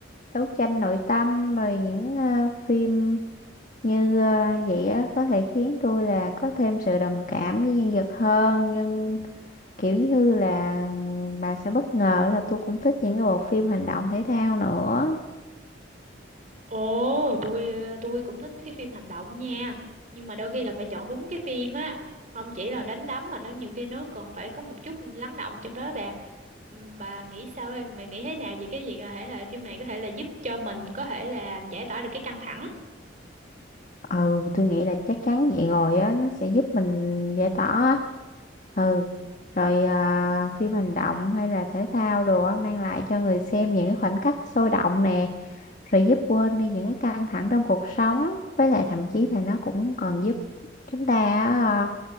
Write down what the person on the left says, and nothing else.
đấu tranh nội tâm rồi những ờ, phim như ờ, vậy á có thể khiến tôi là có thêm sự đồng cảm với nhân vật hơn nhưng kiểu như là bà sẽ bất ngờ là tôi cũng thích những cái bộ phim hành động thể thao nữa
ừ tôi nghĩ là chắc chắn vậy rồi á nó sẽ giúp mình giải tỏa á ừ rồi à, phim hành động hay là thể thao đồ á mang lại cho người xem những cái khoảnh khắc sôi động nè rồi giúp quên đi những cái căng thẳng trong cuộc sống với lại thậm chí là nó cũng còn giúp chúng ta á,